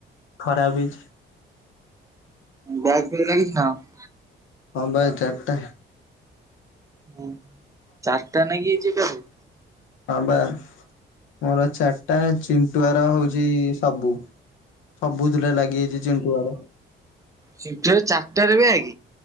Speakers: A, on the left; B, on the right.
A: ଖରାପ ହେଇଚି।
B: ବ୍ୟାଗ ଫିଆକ ଲାଗିଚିନା କଣ।
A: ହଁ ଭାଇ ଚାରିଟା।
B: ହୁଁ ଚାରିଟା ନାଗିଜାଇଚି ବ୍ୟାକ।
A: ହଁ ବା ମୋର ଚାରିଟା ଚିଣ୍ଟୁଆର ହଉଚି ସବୁ। ସବୁଥିରେ ଲାଗିଯାଇଚି ଚିଣ୍ଟୁଆର।
B: ସିଫ୍ଟରେ ଚାରିଟାରେ ବ୍ୟାଗ୍?